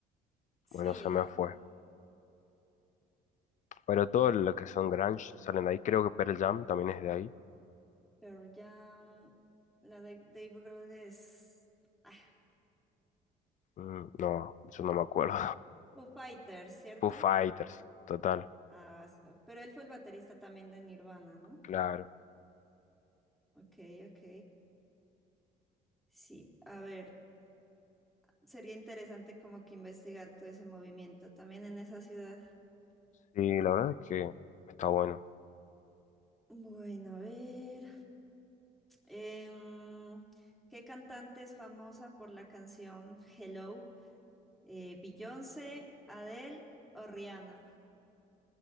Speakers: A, in the centre; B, on the left.
A: sí,
B: Bueno, se me fue. Pero todo lo que son grunge salen de ahí. Creo que Pearl Jam también es de ahí.
A: pero ya La de Dave Grohl es ah,
B: Mm, no, yo no me acuerdo.
A: Foo Fighters,
B: <laughs>
A: ¿cierto?
B: Foo Fighters, total.
A: Ah, so- pero él fue el baterista también de Nirvana, ¿no?
B: Claro.
A: Ok, ok. Sí, a ver, sería interesante como que investigar todo ese movimiento también en esa ciudad.
B: Sí, la verdad es que está bueno.
A: Bueno, a ver. em, ¿qué cantante es famosa por la canción Hello? Eh, ¿Beyoncé, Adele o Rihanna?